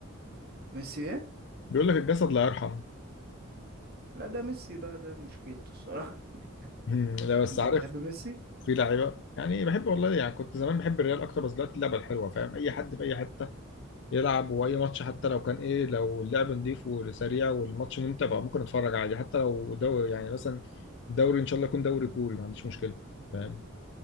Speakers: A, on the right; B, on the left.
A: ميسي ايه
B: بيقول لك الجسد لا يرحم
A: لا ده ميسي بقى ده مشكلته الصراحه
B: <laughs>
A: <laughs>
B: لا بس
A: انت
B: عارف
A: بتحب ميسي
B: في لعيبه يعني بحب والله يعني كنت زمان بحب الريال اكتر بس دلوقتي اللعبه الحلوه فاهم اي حد في اي حته يلعب واي ماتش حتى لو كان ايه لو اللعب نضيف وسريع والماتش ممتع بقى ممكن اتفرج عادي حتى لو دوري يعني مثلا دوري ان شاء الله يكون دوري كوري ما عنديش مشكله فاهم